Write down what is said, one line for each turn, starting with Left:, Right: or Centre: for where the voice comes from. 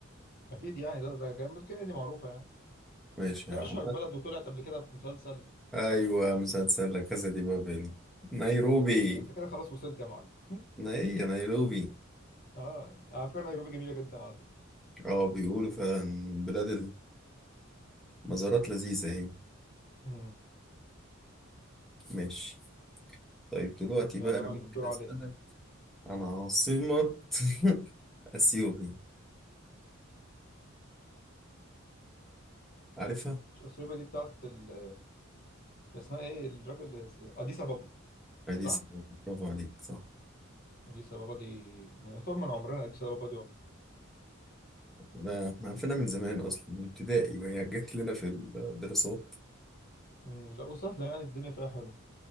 Left: اكيد يعني ده ده جنوب كينيا دي معروفه يعني
Centre: ماشي
Left: تلاقي
Centre: يا عم
Left: اشهر بلد وطلعت قبل كده في مسلسل
Centre: ايوه مسلسل لا كاسا دي بابل نيروبي
Left: ايوه كده. انت كده خلاص وصلت يا معلم <laughs>
Centre: ني نيروبي
Left: اه على فكره نيروبي جميله جدا على فكره
Centre: اه بيقولوا فعلا بلاد المزارات لذيذه اهي
Left: امم
Centre: ماشي طيب دلوقتي
Left: يلا
Centre: بقى أنا
Left: بقى
Centre: ممكن
Left: اللي بتدور
Centre: أسألك
Left: عليك
Centre: عن عاصمة <laughs> أثيوبيا عارفها؟
Left: اثيوبيا دي بتاعت ال هي اسمها ايه الراجل اللي س- اديس بابا
Centre: عادي
Left: صح
Centre: صعبة برافو عليك صح
Left: اديس بابا دي ما يعتبر من عمرنا اديس بابا دي والله
Centre: لا، احنا عارفينها من زمان أصلا من ابتدائي وهي جت لنا في الدراسات
Left: امم لا وسهله يعني الدنيا فيها حلو